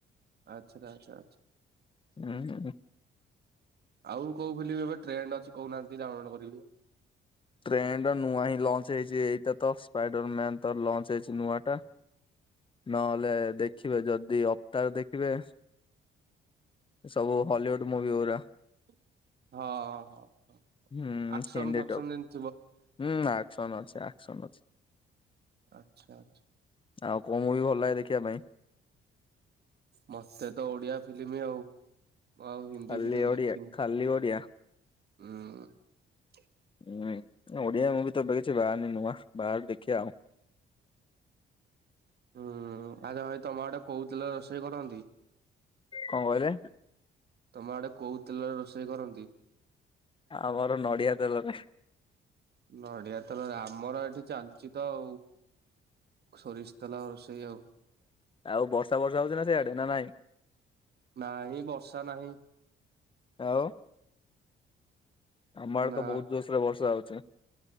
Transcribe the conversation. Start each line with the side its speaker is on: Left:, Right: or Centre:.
Right: ଆଚ୍ଛା ଆଚ୍ଛା ଆଚ୍ଛା
Left: ହୁଁ ହୁଁ ହୁଁ
Right: ଆଉ କୋଉ ଫିଲିମ୍ ଏବେ ଟ୍ରେଣ୍ଡ ଅଛି କହୁନାହାନ୍ତି ଡାଉନ୍ ଲୋଡ କରିବି।
Left: ଟ୍ରେଣ୍ଡ ନୂଆ ହିଁ ଲଞ୍ଚ ହେଇଛି ଏଇଟା ତ ସ୍ପାଇଡର ମ୍ୟାନ ତ ଲଞ୍ଚ ହେଇଛି ନୂଆଟା। ନହେଲେ ଦେଖିବେ ଯଦି ଅଭତାର ଦେଖିବେ ସବୁ ହଲିଉଡ ମୁଭି ଗୁରା।
Right: ହଁ ହଁ ହଁ ହଁ
Left: ହୁଁ
Right: ଆକ୍ସନ
Left: ହିନ୍ଦୀ
Right: ଫାକ୍ସନ
Left: ଡବ୍
Right: ଯେମ
Left: ହୁଁ ଆକ୍ସନ ଅଛି ଆକ୍ସନ ଅଛି।
Right: ଆଚ୍ଛା ଆଚ୍ଛା
Left: ଆଉ କୋଉ ମୁଭି ଭଲ ଲାଗେ ଦେଖିବା ପାଇଁ?
Right: ମତେ ତ ଓଡିଆ ଫିଲିମି ଆଉ ମୁଁ ଆଉ ହିନ୍ଦୀ
Left: ଖାଲି
Right: ଫିଲିମ
Left: ଓଡିଆ
Right: ଦେଖିନି ।
Left: ଖାଲି ଓଡିଆ।
Right: ହୁଁ
Left: ହୁଁ ଓଡିଆ ମୁଭି ତ ଏବେ କିଛି ବାହାରିନି ନୂଆ ବାହାରୁ ଦେଖିଆ ଆଉ।
Right: ହୁଁ ଆରେ ଭାଇ ତମ ଆଡେ କୋଉ ତେଲରେ ରୋଷେଇ କରନ୍ତି?
Left: କଣ କହିଲେ?
Right: ତମ ଆଡେ କୋଉ ତେଲରେ ରୋଷେଇ କରନ୍ତି?
Left: ଆମର ନଡିଆ ତେଲରେ।
Right: ନଡିଆ ତେଲରେ ଆମର ଏଠି ଚାଲିଛି ତ ଆଉ। ସୋରିଷ ତେଲ ରୋଷେଇ ଆଉ
Left: ଆଉ ବର୍ଷା ବର୍ଷା ହଉଛି ନା ସିଆଡେ ନା ନାଇଁ?
Right: ନାହିଁ ବର୍ଷା ନାହିଁ।
Left: ଆଉ ଆମ ଆଡେ
Right: ନା
Left: ତ ବହୁତ ଜୋରସରେ ବର୍ଷା ହଉଛି।